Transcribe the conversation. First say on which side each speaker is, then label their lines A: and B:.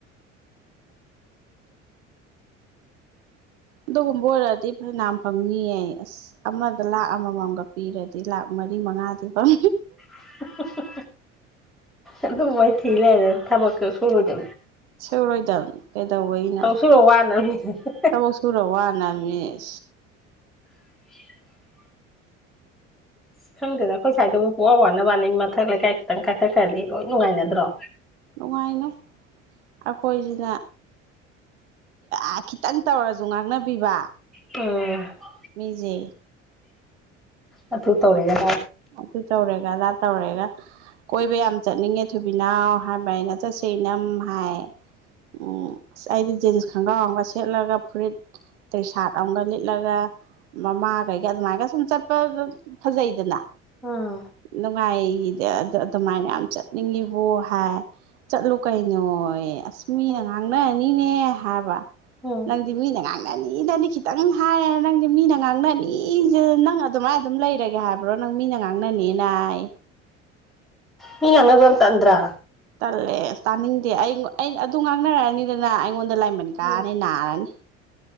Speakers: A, on the right; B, in the centre.
A: ꯑꯗꯨꯒꯨꯝꯕ ꯑꯣꯏꯔꯗꯤ ꯐ ꯝ ꯐꯪꯅꯤꯌꯦ ꯑꯁ ꯑꯃꯗ ꯂꯥꯛ ꯑꯃꯃꯝꯒ ꯄꯤꯔꯗꯤ ꯂꯥꯛ ꯃꯔꯤ ꯃꯉꯥꯥꯁꯦ ꯐꯝ
B: <inaudible> ꯑꯗꯨꯃꯥꯏ ꯊ ꯂꯩ ꯊꯃꯛ ꯁꯨꯔꯨ ꯑꯣꯏꯗ
A: ꯁꯨꯔꯣꯏꯗꯕꯅꯤ ꯀꯩꯗꯧꯕꯩꯅꯣ
B: ꯁꯨꯕ ꯋꯥꯅꯕꯅꯤ ꯑꯁ
A: ꯊꯕꯛ ꯁꯨꯔ ꯋꯥꯅꯅꯦ ꯑ
B: <unintelligible> ꯑꯁ ꯈꯪꯗꯦꯗ ꯑꯩꯈꯣꯏ ꯁ꯭ꯏꯗꯕꯨ ꯄꯨꯨꯡꯋꯥ ꯋꯥꯅ ꯋꯥꯅꯩ ꯃꯊꯛ ꯂꯩꯀꯥꯏ ꯈꯤꯇꯪ ꯀꯥꯏꯈꯠꯈ꯭ꯔꯗꯤ ꯂꯣꯏ ꯅꯨꯡꯉꯥꯏꯅꯗ꯭ꯔꯣ
A: ꯅꯨꯡꯉꯥꯏꯅꯩ ꯑꯩꯈꯣꯏꯁꯤꯅ ꯑꯦ ꯈꯤꯇꯪ ꯇꯧꯔꯁꯨ ꯉꯥꯛꯅꯕꯤꯕ
B: ꯑꯣ
A: ꯖꯦ
B: ꯑ ꯇꯕꯨ ꯇꯧꯔꯒ
A: ꯑꯇ ꯆꯧꯔꯦꯒ ꯂꯥ ꯇꯧꯔꯦꯒ ꯀꯣꯏꯕ ꯌꯥꯝ ꯆꯠꯅꯤꯡꯉꯦ ꯊꯨꯕꯤꯅꯥꯎ ꯍꯥꯏꯕ ꯑꯩꯅ ꯆꯠꯁꯦꯅꯝ ꯍꯥꯏ ꯎꯝ ꯑꯁ ꯑꯩꯗꯤ ꯖꯤꯟꯁ ꯈꯣꯡꯒ꯭ꯔꯥꯎꯝꯒ ꯁꯦꯠꯂꯒ ꯐꯨꯔꯤꯠ ꯇꯦ ꯁꯥꯠ ꯑꯃꯝꯒ ꯂꯤꯠꯂꯒ ꯃꯃꯥ ꯀꯩꯒ ꯑꯗꯨꯃꯥꯏꯒ ꯁꯨꯝ ꯆꯠꯄ ꯑꯗꯨ ꯐꯖꯩꯗꯅ
B: ꯎꯝ
A: ꯅꯨꯡꯉꯥꯏꯒꯤꯗꯤ ꯑ ꯑꯗꯨꯃꯥꯏꯅ ꯌꯥꯝ ꯆꯠꯅꯤꯡꯉꯤꯕ ꯍꯥꯏ ꯆꯠꯂꯨ ꯀꯩꯅꯣ ꯑꯁ ꯃꯤꯅ
B: ꯎꯝ
A: ꯉꯥꯡꯅꯔꯅꯤꯅꯦ ꯍꯥꯏꯕ
B: ꯎꯝ
A: ꯅꯪꯗꯤ ꯃꯤꯅ ꯉꯥꯡ ꯑꯅꯤꯗꯗꯤ ꯈꯤꯇꯪ ꯍꯥꯏꯌꯦ ꯅꯪꯗꯤ ꯃꯤꯅ ꯉꯥꯡꯅ ꯑꯅꯤꯁꯤ ꯅꯪ ꯑꯗꯨꯃꯥꯏꯅ ꯑꯗꯨꯝ ꯂꯩꯔꯒꯦ ꯍꯥꯏꯕ꯭ꯔꯣ ꯅꯪ ꯃꯤꯅꯥꯉꯥꯡꯅ ꯅꯦꯅ ꯍꯥꯏ
B: ꯃꯤ ꯑꯉꯗꯣ ꯇꯟ꯭ꯔꯥ
A: ꯇꯜꯂꯦ ꯑꯁ ꯇꯥꯅꯤꯡꯗꯦ ꯑꯩ ꯑꯩ ꯑꯗꯨ ꯉꯥꯡꯅꯔꯛꯑꯅꯤꯗꯅ ꯑꯩꯉꯣꯟꯗ ꯂꯥꯏꯃꯟ ꯀꯥꯔꯅꯤ
B: ꯎꯝ
A: ꯅꯥꯔꯅꯤ